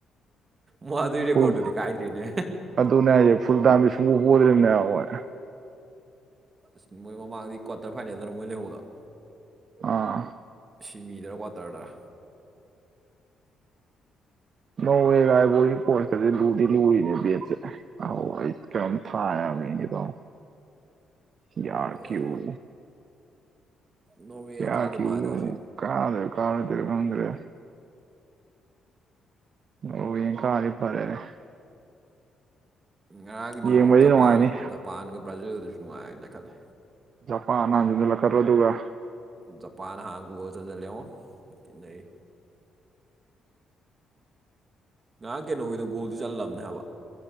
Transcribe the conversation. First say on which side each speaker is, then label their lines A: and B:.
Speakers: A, on the right; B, on the right.
A: ꯃꯥ ꯑꯗꯨꯏ ꯔꯦꯀ꯭ꯣꯔꯠꯇꯨꯗꯤ
B: ꯐꯨꯜ
A: ꯀꯥꯏꯗ꯭ꯔꯦꯅꯦ
B: ꯑꯗꯨꯅꯦ ꯍꯥꯏꯁꯦ ꯐꯨꯜ ꯇꯥꯥꯏꯝꯗꯗꯤ ꯁꯨꯡꯄꯣ ꯄꯣꯗ꯭ꯔꯤꯕꯅꯦ ꯍꯥꯏꯕ ꯃꯣꯏ
A: ꯑꯁ ꯃꯣꯏ ꯃꯃꯥꯡꯗꯤ ꯀ꯭ꯋꯥꯇꯔ ꯐꯥꯏꯅꯦꯜꯗꯔ ꯃꯣꯏ ꯂꯩꯍꯧꯕꯗꯣ
B: ꯑꯥ
A: ꯁꯤꯃꯤꯗꯔ ꯀ꯭ꯋꯥꯇꯔꯗꯔꯥ
B: ꯅꯣꯔꯋꯦꯒ ꯑꯥꯏꯕꯣꯔꯤ ꯀꯣꯁꯀꯗꯤ ꯂꯨꯗꯤ ꯂꯨꯔꯤꯅꯦ ꯕꯦꯠꯁꯁꯦ ꯑꯣꯏ ꯀꯝ ꯊꯥꯅꯃꯤꯅꯤ ꯀꯧꯗꯧꯒꯦ ꯌꯥꯔꯦ
A: ꯍꯣꯏ
B: ꯀꯌꯥꯝ
A: ꯅꯣꯔꯋꯦ
B: ꯌꯥꯔꯀ꯭ꯌꯨ
A: ꯀꯥꯗꯧ ꯃꯥꯜꯂꯦꯗ ꯉꯁꯤ
B: ꯀꯥꯗꯣꯏꯔ ꯀꯥꯔꯣꯏꯗꯣꯔ ꯈꯪꯗ꯭ꯔꯦ ꯅꯣꯔꯋꯦꯅ ꯀꯥꯔꯗꯤ ꯐꯔꯦꯅꯦ
A: ꯉꯔꯥꯡꯒꯤꯗꯨꯁꯨ
B: ꯑꯦꯡꯕꯗꯤ
A: ꯖꯄꯥꯟꯅ
B: ꯅꯨꯡꯉꯥꯏꯅꯤ
A: ꯖꯄꯥꯟꯒ ꯕ꯭ꯔꯥꯖꯤꯜꯒꯗꯨꯁꯨ ꯅꯨꯡꯉꯥꯏ ꯂꯩꯈꯠꯂꯦ
B: ꯖꯄꯥꯥꯟꯅ ꯍꯟꯖꯟ ꯂꯛꯀꯗ꯭ꯔꯣ ꯑꯗꯨꯒ
A: ꯖꯄꯥꯟꯅ ꯍꯥꯟꯅ ꯒꯣꯜ ꯆꯟꯖꯜꯂꯦꯉꯣ ꯊꯤ ꯅꯩ ꯉꯔꯥꯡ ꯀꯩꯅꯣꯒꯤꯗꯣ ꯒꯣꯜꯗꯤ ꯆꯜꯂꯕꯅꯦ ꯍꯥꯏꯕ